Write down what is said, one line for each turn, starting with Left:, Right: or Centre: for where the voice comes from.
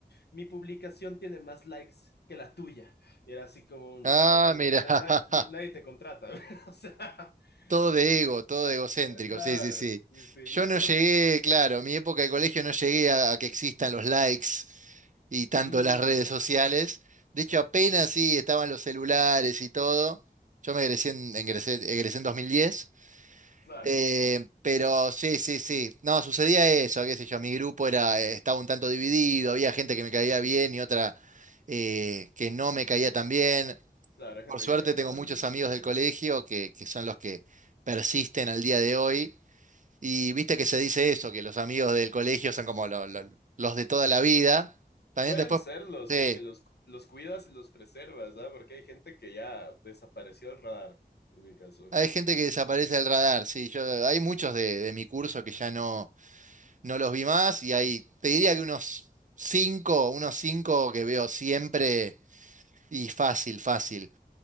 Left: mi publicación tiene más likes que la tuya. Y era así como un,
Right: Ah,
Left: loca, na-
Right: mira.
Left: na-
Right: <laughs>
Left: na- nadie te contrata, <laughs> o sea,
Right: Todo
Left: estás,
Right: de ego, todo de egocéntrico,
Left: Eh, Claro,
Right: sí, sí, sí.
Left: sí, sí.
Right: Yo
Left: Y eso,
Right: no llegué, claro, en mi época de colegio no llegué a, a que existan los likes y tanto
Left: ujú,
Right: las redes sociales. De hecho, apenas sí estaban los celulares y todo. Yo me egresé en, ingresé- egresé en 2010.
Left: claro,
Right: eh, pero sí, sí, sí. No, sucedía eso, qué sé yo. Mi grupo era, eh, estaba un tanto dividido, había gente que me caía bien y otra eh, que no me caía tan bien.
Left: claro, hay
Right: Por
Left: gente
Right: suerte
Left: que cae
Right: tengo
Left: mal
Right: muchos amigos
Left: en
Right: del
Left: colegio.
Right: colegio que, que son los que persisten al día de hoy. Y viste que se dice eso, que los amigos del colegio son como lo- lo- los de toda la vida. También
Left: Pueden
Right: después,
Left: serlo si
Right: sí,
Left: es que los, los cuidas y los preservas, ¿ah? Porque hay gente que ya desapareció del radar, en mi caso.
Right: hay gente que desaparece del radar. Sí, yo, hay muchos de, de mi curso que ya no, no los vi más y hay, te diría que unos cinco, unos cinco que veo siempre y fácil, fácil.